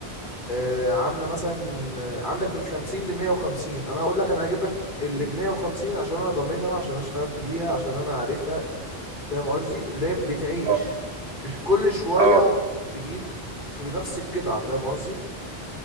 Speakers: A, on the left; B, on the right.
A: آه عامله مثلا آه، عندك من 50 ل 150 انا هقول لك انا هجيب لك اللي
B: مم،
A: ب 150 عشان انا ضامنها عشان انا اشتغلت بيها عشان انا عارفها فاهم قصدي اللي هي بتعيش
B: اه
A: مش كل شويه
B: اه
A: تجيب في نفس القطعه فاهم قصدي